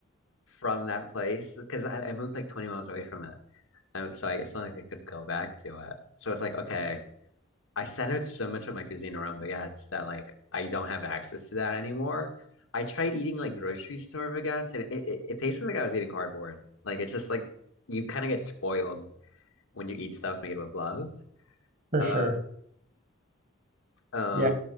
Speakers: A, on the left (about 80°); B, on the right (about 45°).
A: from that place because I, I moved like 20 miles away from it. Um, so I, it's not like I could go back to it. So it's like, okay, I centered so much of my cuisine around baguettes that like I don't have access to that anymore. I tried eating like grocery store baguettes and it, it, it tasted like I was eating cardboard. Like it's just like you kind of get spoiled when you eat stuff made with love.
B: For
A: Uh,
B: sure.
A: uh,
B: Yeah.